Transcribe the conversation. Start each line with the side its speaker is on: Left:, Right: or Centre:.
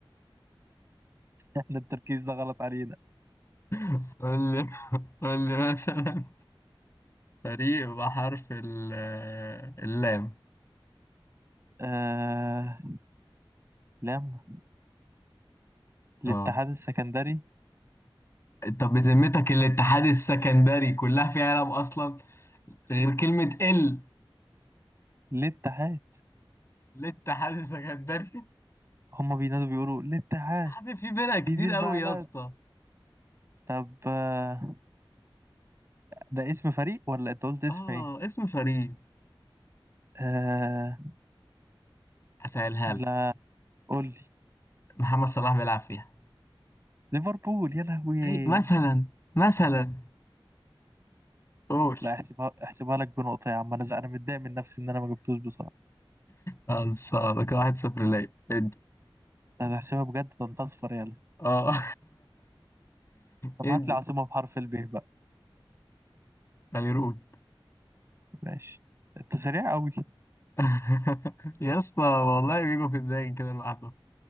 Right: احنا التركيز ده غلط علينا
Left: <laughs> قول لي قول لي مثلا فريق بحرف ال- اللام
Right: آه... لم الاتحاد
Left: اه
Right: السكندري
Left: طب بذمتك الاتحاد السكندري كلها فيها لام اصلا غير كلمة ال
Right: الاتحاد
Left: الاتحاد السكندري <laughs> يا
Right: هم بينادوا بيقولوا الاتحاد
Left: عم في فرق كتير
Right: دي دي البلد
Left: قوي يا اسطى
Right: طب آه... ده اسم فريق ولا انت قلت اسم
Left: اه
Right: ايه؟
Left: اسم فريق
Right: آه...
Left: هسألها
Right: لا
Left: لك
Right: قول لي
Left: محمد صلاح بيلعب فيها
Right: ليفربول يا لهوي
Left: أي مثلا مثلا قول
Right: لا احسبها احسبها لك بنقطة يا عم انا ز- انا متضايق من نفسي ان انا ما جبتوش بصراحة
Left: خلصانة كده واحد صفر ليا ادي
Right: لا ده احسبها بجد ده انت اصفر يلا
Left: اه
Right: طب
Left: <laughs> ادي
Right: هات لي عاصمة بحرف الب بقى
Left: بيروت
Right: ماشي انت سريع قوي
Left: <laughs> يا اسطى والله بيجوا في دماغي كده لوحده